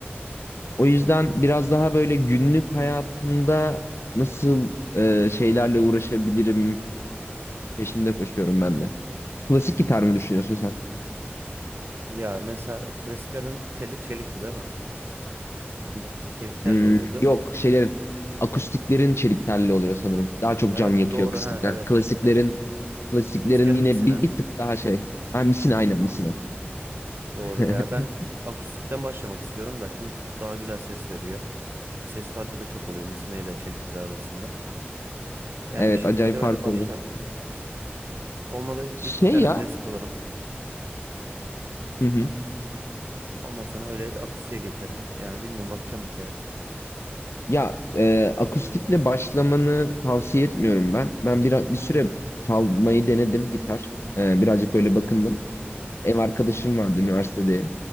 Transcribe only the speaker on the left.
O yüzden biraz daha böyle günlük hayatımda nasıl e, şeylerle uğraşabilirim peşinde koşuyorum ben de. Klasik gitar
mı düşünüyorsun sen?
Hmm,
yok şeylerin akustiklerin çelik telli oluyor sanırım. Daha çok
can
yakıyor
akustikler.
Klasiklerin
klasiklerin
yine
bir, bir tık daha şey. Ha, misina
aynen misina.
<laughs>
Evet
acayip
fark
oluyor.
Şey
ya.
Hı hı.
Ya e, akustikle başlamanı tavsiye etmiyorum ben. Ben bir, bir süre çalmayı denedim gitar. E, birazcık böyle
bakındım. Ev arkadaşım vardı üniversitede.